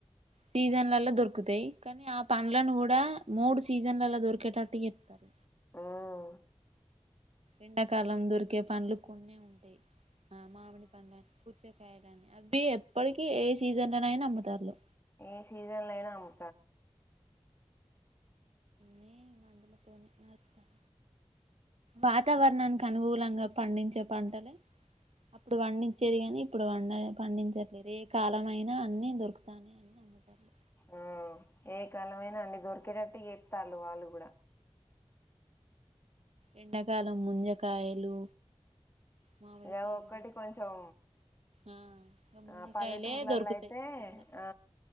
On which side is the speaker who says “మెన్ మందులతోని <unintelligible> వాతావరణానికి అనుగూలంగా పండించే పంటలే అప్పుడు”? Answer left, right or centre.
Right